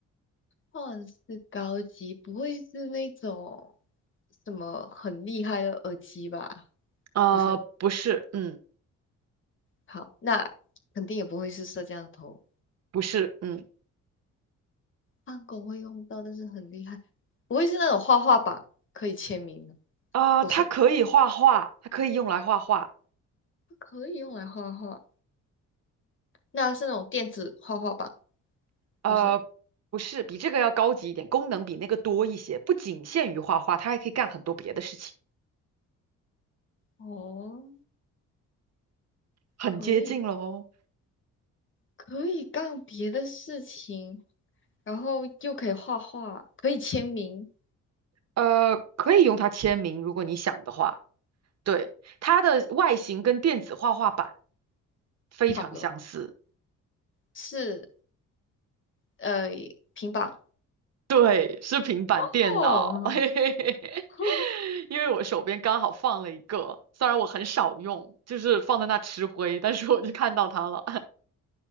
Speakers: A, on the left; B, on the right.
A: 算是高级，不会是那种什么很厉害的耳机吧？
B: 呃，
A: 不是，
B: 不是，嗯，
A: 好，那肯定也不会是摄像头，
B: 不是，嗯，
A: 办公会用到，但是很厉害，不会是那种画画板可以签名的，
B: 呃，
A: 不是，
B: 它可以画画，它可以用来画画，
A: 可以用来画画。那是那种电子画画板，
B: 呃，
A: 不是，
B: 不是，比这个要高级一点，功能比那个多一些，不仅限于画画，它还可以干很多别的事情，
A: 哦，
B: 很接近喽，
A: 可以可以干别的事情，然后又可以画画，可以签名，
B: 呃，可以用它签名，如果你想的话，对，它的外形跟电子画画板非常相似。
A: 差不多。是呃平板。
B: 对，是平板电脑，
A: 哦，
B: <laughs> 嘿嘿嘿嘿，
A: <laughs>
B: 因为我手边刚好放了一个，虽然我很少用，就是放在那吃灰，但是我就看到它了。